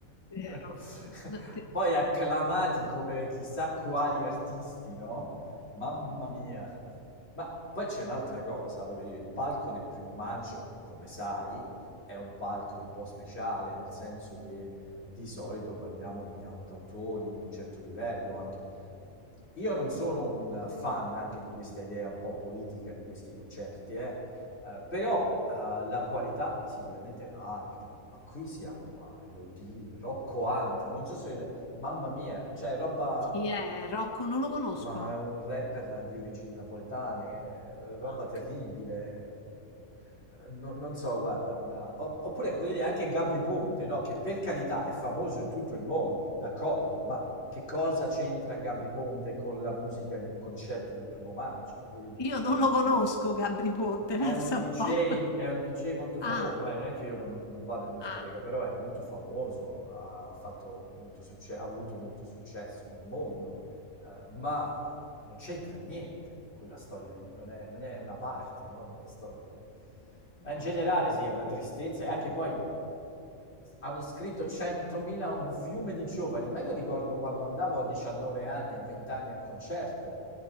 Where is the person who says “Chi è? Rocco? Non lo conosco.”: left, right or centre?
Left